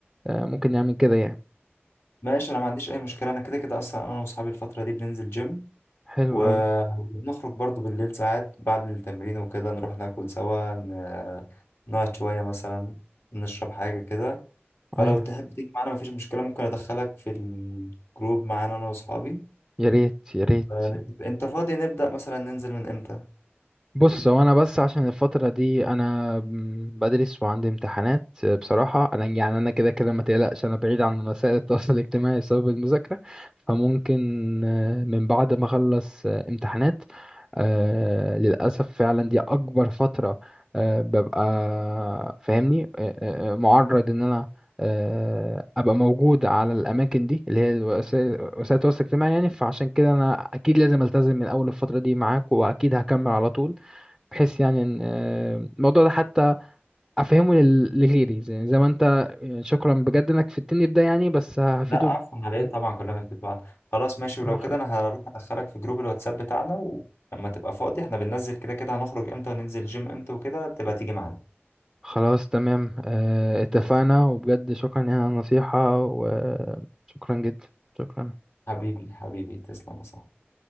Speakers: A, in the centre; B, on the left.
A: آه، ممكن نعمل كده يعني
B: ماشي انا ما عنديش اي مشكلة انا كده كده اصلا انا واصحابي الفترة دي بننزل جيم
A: حلو
B: ونخرج
A: أوي
B: برضو بالليل ساعات بعد التمرين وكده نروح ناكل سوا ن- نقعد شوية مثلا نشرب حاجة كده فلو
A: أيوة
B: تحب تيجي معانا مفيش مشكلة ممكن أدخلك في الجروب معانا أنا وأصحابي
A: يا ريت يا ريت
B: آه، أنت فاضي نبدأ مثلا ننزل من إمتى؟
A: بص هو انا بس عشان الفترة دي انا م- بدرس وعندي امتحانات آه، بصراحة انا يعني انا كده كده ما تقلقش انا بعيد عن وسائل التواصل الاجتماعي بسبب المذاكرة فممكن آه، من بعد ما اخلص آه، امتحانات آه، للأسف فعلا دي اكبر فترة آه، ببقى فاهمني آه، آه، آه، معرض ان انا آه، ابقى موجود على الاماكن دي اللي هي وسائل وسائل التواصل الاجتماعي يعني فعشان كده انا اكيد لازم التزم من اول الفترة دي معاك واكيد هكمل على طول بحيث يعني ان آه، الموضوع ده حتى افهمه لل- لغيري زي, زي ما انت يعني شكرا بجد انك فدتني بده يعني بس هفيده
B: لا عفوا على إيه
A: مم،
B: طبعا كلنا في بعض خلاص ماشي ولو
A: الله يخليك
B: كده أنا هروح أدخلك في جروب الواتساب بتاعنا ولما تبقى فاضي إحنا بننزل كده كده هنخرج إمتى وننزل جيم إمتى وكده تبقى تيجي معانا
A: خلاص تمام آه، اتفقنا
B: خلاص
A: وبجد شكرا يعني على النصيحة وشكرا جدا شكرا
B: حبيبي حبيبي تسلم يا صاحبي